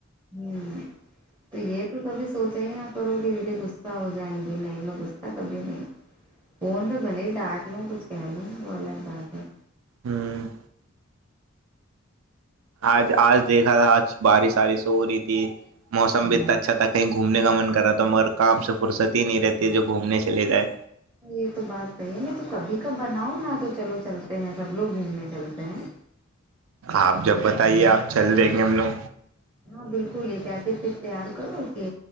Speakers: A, on the right; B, on the right.
A: ہوں تو یہ تو کبھی سوچا ہی نہ کرو کہ دیٹیی غصہ ہو جائیں گی نہیں میں غصہ کبھی نہیں فون پہ بلے ہی ڈانٹ لوں کچھ کہہ لوں وہ الگ بات ہے
B: ہوں آج آج دیکھا تھا آج بارش بارش ہو رہی تھی موسم
A: ہوں
B: بھی اتنا اچھا تھا کہیں گھومنے کا من کر رہا مگر کام سے فرصت ہی نہیں رہتی ہے جو گھومنے چلے جائے
A: یہ تو بات صحیح ہے میں تو کبھی کب بناؤ نا تو چلو چلتے ہیں سب لوگ گھومنے چلتے ہیں
B: آپ
A: ایک
B: جب بتائیے
A: ایسے
B: آپ چل دیں گے ہم لوگ
A: ہاں بالکل یہٹ پ تیار کرو کہ